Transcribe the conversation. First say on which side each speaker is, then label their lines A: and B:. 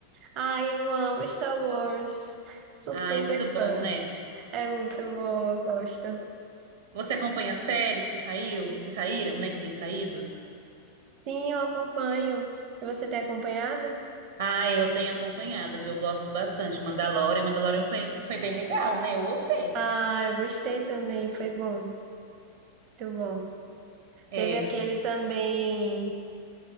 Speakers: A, on the right; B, on the right.
A: Ai, eu amo Star Wars. Sou
B: Ah,
A: super
B: é muito bom,
A: fã.
B: né?
A: É muito bom, eu gosto.
B: Você acompanha as séries que saiu, que saíram, né? Que tem saído?
A: Sim, eu acompanho. E você tem acompanhado?
B: Ah, eu tenho acompanhado, viu? Eu gosto bastante. Mandalorian. Mandalorian foi, foi bem legal, né? Eu gostei.
A: Ah, eu gostei também, foi bom. Muito bom.
B: É.
A: Teve aquele também,